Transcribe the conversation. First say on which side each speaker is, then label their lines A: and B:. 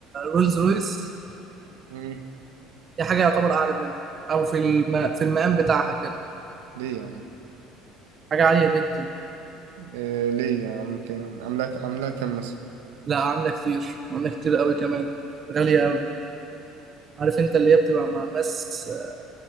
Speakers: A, on the right (about 40°); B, on the right (about 80°).
A: رولز رويس
B: مم.
A: دي حاجة يعتبر أعلى منها أو في الم... في المقام بتاعها كده
B: ليه يا عم
A: حاجة عالية جدا
B: إيه ليه يا عم كام عاملاها عاملاها كام مثلا
A: لا عاملة كتير عاملة كتير قوي كمان غالية قوي عارف أنت اللي هي بتبقى مع ناس آه،